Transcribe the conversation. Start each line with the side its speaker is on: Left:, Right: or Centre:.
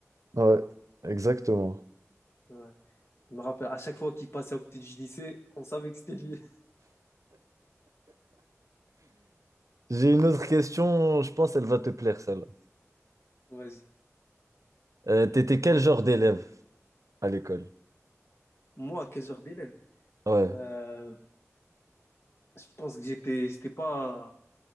Right: Ouais, exactement.
Left: Ouais. Je me rappelle, à chaque fois qu'il passait à côté du lycée, on savait que c'était lui.
Right: J'ai une autre question, je pense elle va te plaire, celle-là.
Left: <laughs> Vas-y.
Right: Euh, t'étais quel genre d'élève à l'école?
Left: Moi, quel genre d'élève?
Right: Ouais,
Left: Euh, je pense que j'étais, j'étais pas,